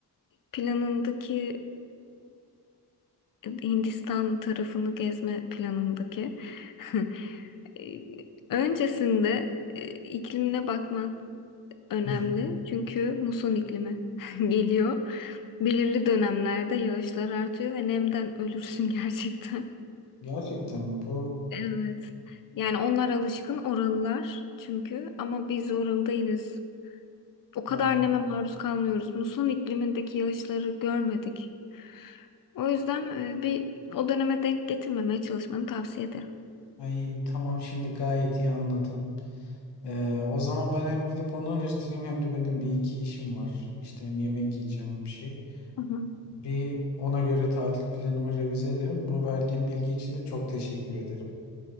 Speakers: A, on the left; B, on the left.
A: planındaki e, Hindistan tarafını gezme planındaki. <laughs> E, Öncesinde e, iklimine bakman önemli
B: <laughs>
A: çünkü muson iklimi <laughs> geliyor. Belirli dönemlerde yağışlar artıyor ve nemden ölürsün <laughs> gerçekten.
B: Gerçekten bu
A: Evet. Yani onlar alışkın oralılar çünkü ama biz oralı değiliz. O kadar
B: ay,
A: neme maruz kalmıyoruz. Muson iklimindeki yağışları görmedik. O yüzden e, bir o döneme denk getirmemeye çalışmanı tavsiye ederim.
B: ay tamam şimdi gayet iyi anladım. Ee, o zaman ben hem gidip onu araştırayım hem de benim bir iki işim var. İşte hem yemek yiyeceğim hem şey.
A: Hı hı.
B: Bir ona göre tatil planımı revize ederim. Bu verdiğin bilgi için de çok teşekkür ederim.